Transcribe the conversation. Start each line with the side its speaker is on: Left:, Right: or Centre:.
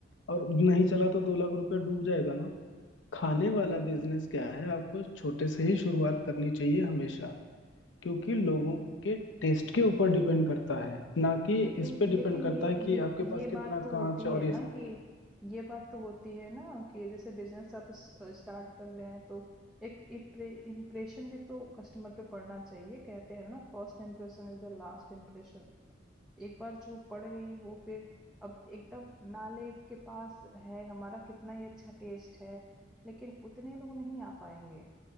Left: और नहीं चला तो दो लाख रुपया डूब जाएगा ना खाने वाला बिजनेस क्या है आपको छोटे से ही शुरुआत करनी चाहिए हमेशा क्योंकि लोगों के टेस्ट के ऊपर डिपेंड करता है ना कि
Centre: <clears throat> लेकिन
Left: इस पे डिपेंड
Centre: लेकिन
Left: करता
Centre: ये
Left: है कि
Centre: ये
Left: आपके पास
Centre: ये
Left: कितना
Centre: बात तो
Left: कांच
Centre: होती
Left: और
Centre: है
Left: ये
Centre: ना
Left: सब
Centre: कि
Left: है।
Centre: ये बात तो होती है ना कि जैसे बिजनेस आप स्टार्ट कर रहे हैं तो एक इम्प्रेशन भी तो कस्टमर पे पड़ना चाहिए कहते हैं ना first impression is the last impression एक बार जो पड़ गई वो फिर अब एकदम नाले के पास है हमारा कितना ही अच्छा टेस्ट है लेकिन उतने लोग नहीं आ पाएंगे